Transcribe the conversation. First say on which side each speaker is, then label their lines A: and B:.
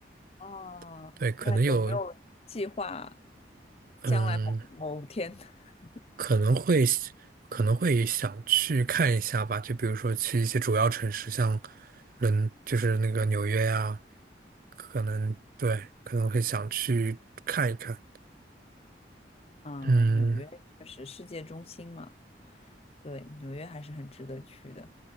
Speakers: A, on the left; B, on the right.
A: 哦，
B: <laughs> 对，可能有，
A: 那有没有计划将来某某天？
B: 嗯。
A: <laughs>
B: 可能会可能会想去看一下吧，就比如说去一些主要城市，像伦，就是那个纽约呀，可能对，可能会想去看一看。
A: 嗯，
B: 嗯，
A: 纽约就是世界中心嘛，对，纽约还是很值得去的。